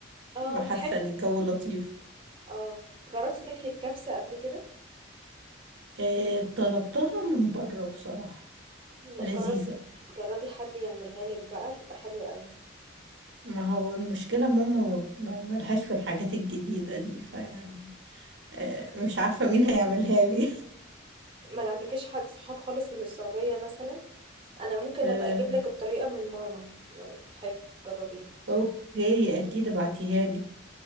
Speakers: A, on the right; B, on the right.
A: اه
B: وحاسه
A: بتحبي
B: ان الجو لطيف
A: اه جربتي تاكلي الكبسة قبل كده
B: إيه طلبتها من بره بصراحه
A: لا
B: لذيذه
A: جرب جربي حد يعملها لك بقى تبقى حلوة قوي
B: ما هو المشكله ماما ما- ملهاش في الحاجات الجديده دي فيعني إيه مش عارفه مين هيعملها لي
A: ما عندكيش حد صحاب خالص من السعودية مثلا انا ممكن
B: <laughs> إيه
A: ابقى اجيب لك الطريقة من ماما لو تحبي تجربيها
B: اوكي اكيد ابعتيها لي